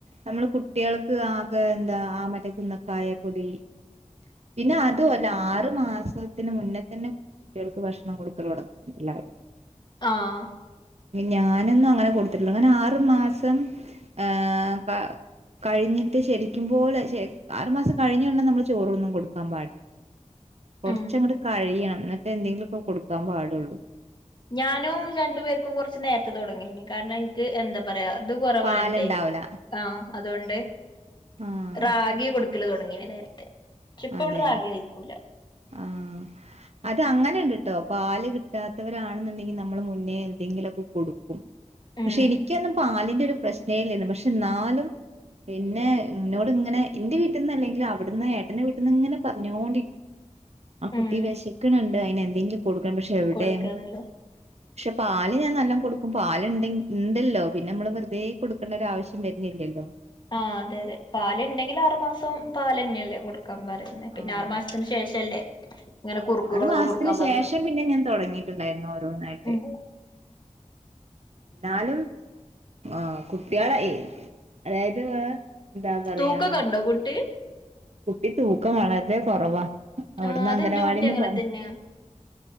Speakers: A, on the right (about 60°); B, on the left (about 35°).
A: നമ്മള് കുട്ട്യേൾക്ക് ആകെ എന്താ ആ മറ്റെ കുന്നക്കായ പൊടി. പിന്നെ അതുവല്ല ആറു മാസത്തിന് മുന്നേ തന്നെ കുട്ട്യേൾക്ക് ഭക്ഷണം കൊടുക്കല് തൊടങ്ങും എല്ലാരും.
B: ആഹ്.
A: ഞാനൊന്നും അങ്ങനെ കൊടുത്തിട്ടില്ല അങ്ങനെ ആറു മാസം ഏഹ് കാ കഴിഞ്ഞിട്ട് ശരിക്കും പോലെ ആറ് മാസം കഴിഞ്ഞ് ഉടനെ നമ്മള് ചോറൊന്നും കൊട് ടുക്കാൻ പാടി. <inaudible> കൊറച്ചങ്ങട്ട്
B: ഉം
A: കഴിയണം എന്നിട്ട് എന്തെങ്കിലൊക്കെ കൊടുക്കാൻ പാടൊള്ളൂ.
B: ഞാനും രണ്ടു പേർക്കും കൊറച്ച് നേരത്തെ തൊടങ്ങീനി. കാരണം ഇൻ ക്ക് എന്താ പറയാ ഇത് കുറവായോണ്ടടേ
A: പാലുണ്ടാവൂല
B: ആഹ് അതുകൊണ്ട്.
A: ആഹ്
B: റാഗി കൊടുക്കല് തൊടങ്ങീനി നേരത്തെ. പക്ഷെ ഇപ്പ
A: അതെ
B: ഇവള് റാഗി കഴിക്കൂല
A: ആഹ്. അത് അങ്ങനെണ്ട് ട്ടോ. പാല് കിട്ടാത്തവരാണ്ന്ന്ണ്ടെങ്കി നമ്മൾ മുന്നേ എന്തെങ്കിലൊക്കെ കൊടു ക്കും.
B: ഉം
A: പക്ഷെ എനിക്കൊന്നും പാലിന്റെ ഒരു പ്രശ്നേ ഇല്ലേന്നു പക്ഷെ ഇന്നാലും പിന്നെ ഇന്നോട് ഇങ്ങനെ ഇന്റെ വീട്ടിന്ന് അല്ലെങ്കിലും അവിടുന്ന് ഏട്ടന്റെ വീ ട്ട്ന്ന് ഇങ്ങനെ പറഞ്ഞോണ്ടി ആ കുട്ടി
B: ഉം
A: വെശക്ക്ണ് ണ്ട് അയിന് എന്തെങ്കിലും കൊടുക്കണം പക്ഷെ എവിടെ
B: കൊടുക്കാന്നില്ല <inaudible>
A: ക്ഷെ പാല് ഞാൻ നല്ലോം കൊടുക്കും പാലിണ്ടെങ് ഇണ്ടല്ലോ പിന്നെ നമ്മള് വെറുതെ കൊടുക്കണ്ട ഒരാവശ്യം വര്നില്ലല്ലോ.
B: ആഹ് അതെ അതെ. പാല് ഇണ്ടെങ്കി ആറുമാസം പാലെന്ന്യല്ലേ കൊടുക്കാൻ പറയാ. ഇന്നാ പിന്നെ
A: ആഹ്
B: ആറു മാസത്തിന് ശേഷല്ലേ ഇങ്ങനെ കുറുക്കുകളൊക്കെ
A: ആറ് മാസത്തിന്
B: കൊടുക്കാൻ പറയൊള്ളു
A: ശേഷം പിന്നെ ഞാൻ തുടങ്ങിയിട്ടുണ്ടായിരുന്നു ഓരോന്നായിട്ട്
B: ഉം.
A: ന്നാലും ആഹ് കുട്ട്യാളെ ഇ അതായത് എന്താ പറയാ
B: തൂക്കൊക്കെ ഉണ്ടോ കുട്ടി
A: കുട്ടി തൂക്കം വളരെ കൊറവാ അവിടന്ന്
B: ആഹ് അതെന്റെ
A: അംഗനവാടീന്ന്
B: കുട്ടി അങ്ങനെ
A: പറ
B: തന്നെയാ